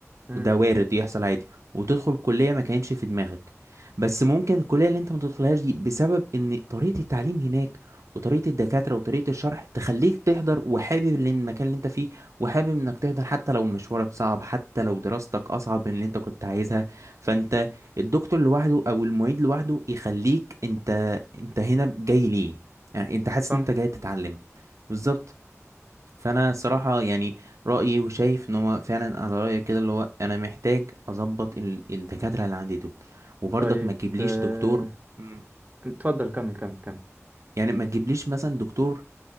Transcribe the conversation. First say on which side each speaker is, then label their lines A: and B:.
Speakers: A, on the right; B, on the right.
A: امم
B: وده وارد يحصل عادي وتدخل كلية ما كانش في دماغك بس ممكن الكلية اللي انت ما تدخلهاش دي بسبب ان طريقة التعليم هناك وطريقة الدكاترة وطريقة الشرح تخليك تحضر وحابب ال- المكان اللي انت فيه وحابب انك تحضر حتى لو مشوارك صعب حتى لو دراستك اصعب من اللي انت كنت عايزها فانت الدكتور لوحده او المعيد لوحده يخليك انت انت هنا جاي ليه يعني انت حاسس
A: صح
B: ان انت جاي تتعلم بالظبط فانا صراحة يعني رأيي وشايف ان هو فعلا على رأيك كده اللي هو انا محتاج اظبط ال- الدكاترة اللي عندي دول وبرضك
A: طيب
B: ما تجيبليش
A: آه،
B: دكتور مم.
A: اتفضل كمل كمل كمل
B: يعني ما تجيبليش مثلا دكتور